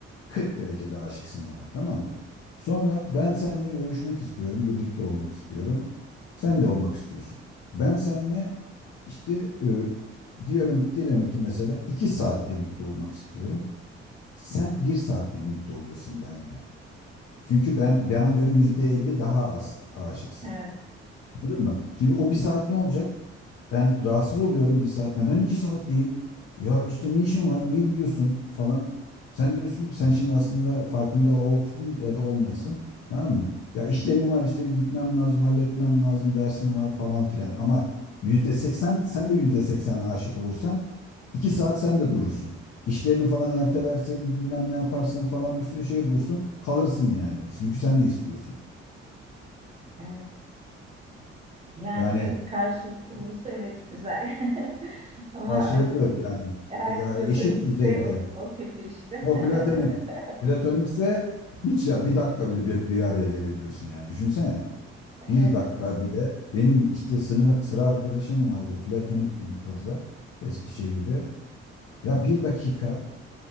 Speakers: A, on the left; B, on the right.
A: 40 derecede aşıksın bana, tamam mı? Sonra ben seninle görüşmek istiyorum, birlikte olmak istiyorum. Sen de olmak istiyorsun. Ben seninle işte e, diyorum diyelim ki mesela 2 saat birlikte olmak istiyorum. Sen bir saat birlikte oluyorsun benimle. Çünkü ben bana göre yüzde elli daha az aşıksın.
B: Evet,
A: Anladın mı? Şimdi o bir saat ne olacak? Ben rahatsız oluyorum bir saat. Neden iki saat değil? Ya işte ne işin var? Niye gidiyorsun falan. Sen diyorsun ki sen şimdi aslında farkında olsun ya da olmayasın. Tamam mı? Ya işlerim var işte gitmem lazım, halletmem lazım, dersim var falan filan. Ama yüzde seksen sen de yüzde seksen aşık olursan iki saat sen de durursun. İşlerini falan ertelersin, bilmem ne yaparsın falan bir sürü şey bulursun. Kalırsın yani. Çünkü sen de istiyorsun.
B: evet. Yani
A: Yani
B: evet karşılık olursa evet güzel. <laughs> Ama
A: karşılıklık
B: e,
A: yani.
B: eğer
A: Ya
B: platonikse
A: eşit düzeyde.
B: o, o kötü işte.
A: O platonik.
B: <laughs>
A: Platonikse hiç ya bir dakika bile bir, bir araya gelemiyorsun yani. Düşünsene.
B: Evet.
A: Bir dakika bile. Benim işte sınıf sıra arkadaşım vardı. Platonikti bir kaza Eskişehir'de. Ya bir dakika